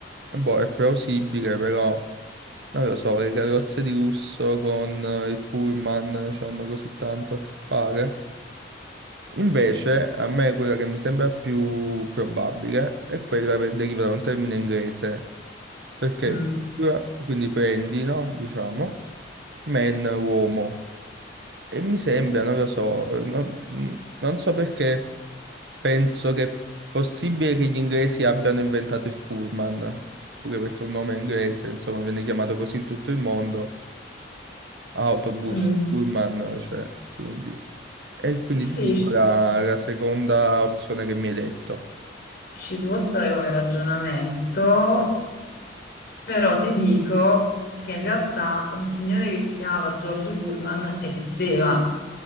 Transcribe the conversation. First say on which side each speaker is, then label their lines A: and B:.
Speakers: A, on the right; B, on the left.
A: boh, è plausibile, però non lo so, le carrozze di lusso con eh, il pullman cioè, hanno così tanto a che fare. Invece, a me quella che mi sembra più probabile è quella che deriva da un termine inglese, perché
B: Mm.
A: quindi prendi, no? Diciamo, man, uomo, e mi sembra, non lo so, eh, non, mm, non so perché penso che è possibile che gli inglesi abbiano inventato il pullman, pure perché è un nome inglese, insomma, viene chiamato così in tutto il mondo, autobus,
B: Mm,
A: pullman, cioè, quindi... E quindi
B: sì,
A: ti dico
B: ci
A: la la seconda opzione che mi hai detto.
B: ci può stare come ragionamento. Però ti dico che in realtà un signore che si chiamava George Pullman esisteva